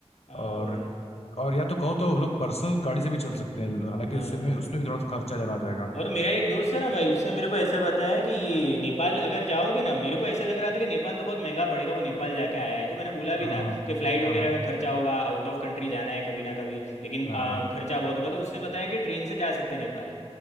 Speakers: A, on the left (about 85°); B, on the left (about 65°).
A: हाँ
B: और
A: भाई
B: और या तो कहो तो हम लोग पर्सनल गाड़ी से भी चल सकते हैं हालांकि
A: हाँ
B: उससे भी
A: भाई
B: उसमें भी थोड़ा सा खर्चा ज़्यादा आ जाएगा
A: और मेरा एक दोस्त है ना भाई उसने मेरे को ऐसा बताया कि ये नेपाल अगर जाओगे ना मेरे को ऐसा लग रहा था कि नेपाल तो बहुत महंगा पड़ेगा वो नेपाल जाके आया है तो मैंने बोला
B: हाँ
A: भी था कि फ़्लाइट वगैरह
B: हाँ हाँ
A: का खर्चा होगा आउट ऑफ कंट्री जाना है कभी ना कभी लेकिन
B: हाँ
A: आ,
B: हाँ।
A: खर्चा बहुत होगा तो उसने बताया कि ट्रेन से जा सकते हैं नेपाल